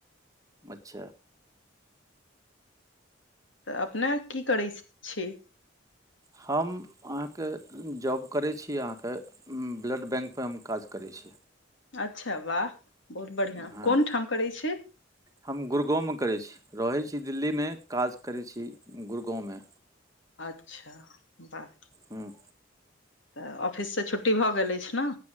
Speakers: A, on the right; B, on the left.
A: अच्छा।
B: तऽ अपने की करै छी।
A: हम अहाँके जॉब करै छी अहाँके। ब्लड बैंकपर हम काज करै छी।
B: अच्छा वाह बहुत बढ़िियां
A: हँ
B: कोन ठाम करै छी
A: हम गुुरगाँव मऽ करै छी रहैत छी दिल्लीमे काज करै छी गुुरगाँवमे
B: अच्छा बाह
A: हुँ
B: तऽ ऑफिससँ छुट्टी भऽ गेल अइछ नऽ